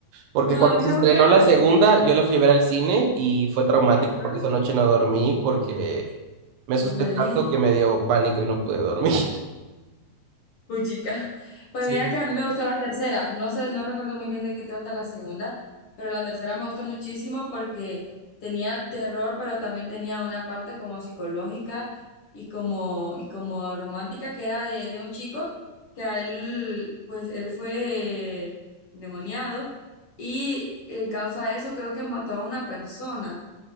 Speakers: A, on the right; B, on the left.
A: Porque
B: No,
A: cuando
B: a mí me
A: se estrenó
B: gusta la...
A: la segunda, yo la fui a ver al cine y fue traumático
B: Ajá.
A: porque esa noche no dormí porque me asusté
B: Híjole.
A: tanto que me dio pánico y no pude dormir. <laughs>
B: Puchica. Pues
A: Sí.
B: mira que a mí me gustó la tercera. No sé, no recuerdo muy bien de qué trata la segunda, pero la tercera me gustó muchísimo porque tenía terror, pero también tenía una parte como psicológica y como, y como romántica que era de, de un chico que a él, pues él fue demoniado y en causa de eso creo que mató a una persona